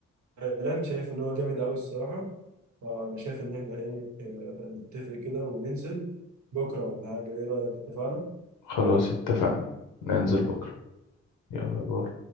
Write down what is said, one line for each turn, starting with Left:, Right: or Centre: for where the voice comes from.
Right: لان شايف ان هو جامد قوي الصراحه فانا شايف ان احنا ايه آه، نتفق كده وننزل بكره ولا حاجه ايه رايك اتفقنا
Left: خلاص اتفقنا ننزل بكرة يلا باي